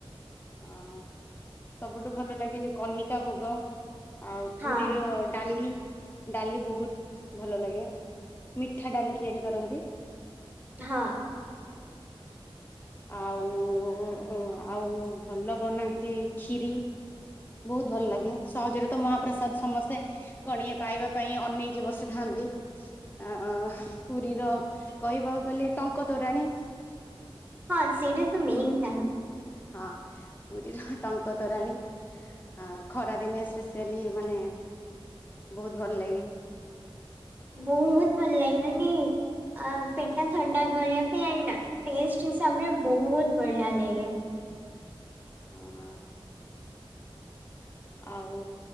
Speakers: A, on the left; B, on the right.
A: ହଁ ସବୁଠୁ ଭଲ ଲାଗେ ଯୋଉ କନିକା ଭୋଗ। ଆଉ
B: ହଁ
A: ପୁରୀର ଡାଲି ଡାଲି ବହୁତ୍ ଭଲ ଲାଗେ। ମିଠା ଡାଲି ତିଆରି କରନ୍ତି।
B: ହଁ।
A: ଆଉ ଆଉ ଭଲ ବନାନ୍ତି ଖିରି। ବହୁତ୍ ଭଲ ଲାଗେ ସହଜରେ ତ ମହାପ୍ରସାଦ ସମସ୍ତେ କଣିଆ ପାଇବା ପାଇଁ ଅନେଇକି ବସିଥାନ୍ତି। ଅ ପୁରୀର କହିବାକୁ ଗଲେ ଟଙ୍କ ତୋରାଣୀ।
B: ହଁ ସେଇଟା ତ ମେନ୍ ଟା।
A: ହଁ ପୁରୀର ଟଙ୍କ ତୋରାଣୀ। ଆ ଖରା ଦିନେ ସ୍ପେଆଲି ମାନେ ବହୁତ୍ ଭଲ ଲାଗେ।
B: ବହୁତ୍ ଭଲ ଲାଗିଲାନି। ଆ ପେଟା ଥଣ୍ଡା କରିବା ପାଇଁ ଆଣ୍ଡ ଟେଷ୍ଟ ହିସାବରେ ବହୁତ୍ ବଢିଆ ଲାଗେ।
A: ହଁ। ଆଉ